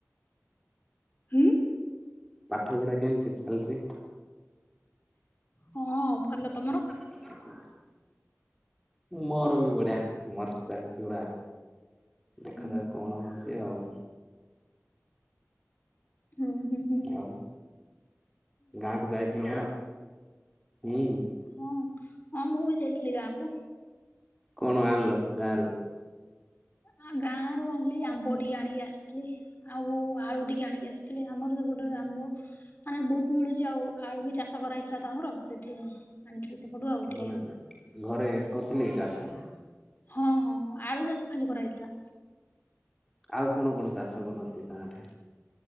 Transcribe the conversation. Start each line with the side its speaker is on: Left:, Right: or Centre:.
Left: ହୁଁ?
Centre: ପାଠ ପଢା କେମିତି ଚାଲିଚି?
Left: ହଁ ଭଲ ତମର?
Centre: <inaudible> ମୋର ବି ବଢିଆ ମସ୍ତ ଚାଲଚି ପୁରା ଦେଖା
Left: ହୁଁ
Centre: ଯାଉ କଣ ହଉଚି ଆଉ।
Left: ହୁଁ ହୁଁ ହୁଁ।
Centre: ଆଉ ଗାଁକୁ ଯାଇଥିଲ ପରା ହୁଁ।
Left: ହଁ ହଁ ମୁଁ ବି ଯାଇଥିଲି ଗାଁକୁ।
Centre: କଣ ଆଣିଲ ଗାଁ ରୁ?
Left: ଆ ଗାଁ ରୁ ଆଣିଲି ଆମ୍ବ ଟିକେ ଆଣିକି ଆସ ଆସିଥିଲି ଆଉ ଆଳୁ ଟିକେ ଆଣିକି ଆସିଥିଲି ଆମର ସେପଟରେ ଆମ୍ବ ମାନେ ବହୁତ ମିଳୁଚି ଆଉ ଆଳୁ ବି ଚାଷ କରା ହେଇଥିଲା ତ ଆମର ସେଥିପାଇଁ ଆଣିଥିଲି ସେପଟୁ ଆଉ
Centre: ତମେ
Left: ଟିକେ।
Centre: ଘରେ <unintelligible>
Left: ହଁ ହଁ ହଁ ଆଳୁ ଚାଷ ଖାଲି କରାହେଇଥିଲା।
Centre: ଆଉ କଣ କଣ ଚାଷ କରନ୍ତି ତମଠେ?